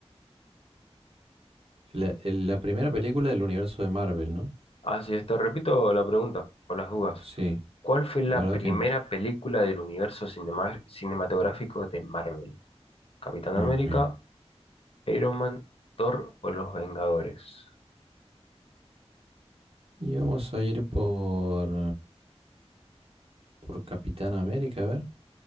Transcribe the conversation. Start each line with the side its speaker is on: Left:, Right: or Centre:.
Right: la, el- la primera película del universo de Marvel, ¿no?
Left: Así es, te repito la pregunta, por las dudas.
Right: Sí,
Left: ¿Cuál fue la
Right: la verdad
Left: primera
Right: que no.
Left: película del universo cinema- cinematográfico de Marvel? Capitán
Right: Ujú.
Left: América, Iron Man, Thor o Los Vengadores.
Right: Y vamos a ir por... Por Capitán América, a ver.